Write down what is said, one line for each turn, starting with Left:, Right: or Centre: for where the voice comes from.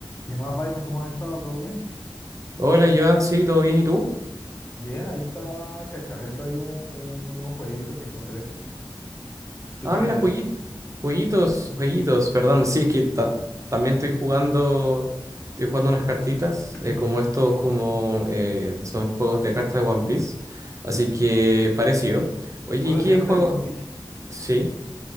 Left: ¿Qué más, Byron? ¿Cómo has estado? ¿Todo bien?
Right: Hola, Joan, sí, ¿todo bien? ¿Y tú?
Left: Bien, ahí estaba cacharreando ahí un- un- unos jueguitos que encontré. ¿Tú
Right: Ah,
Left: qué haces?
Right: mira, jueguitos, jueguitos, jueguitos, perdón. Sí, es que ta- también estoy jugando, estoy jugando unas cartitas,
Left: <clears throat>
Right: eh, como estos, como eh, son juegos de cartas de One Piece. Así que parecido. Oye,
Left: ¿Juego
Right: ¿y ¿qué
Left: de carta
Right: juego?
Left: de One Piece?
Right: Sí,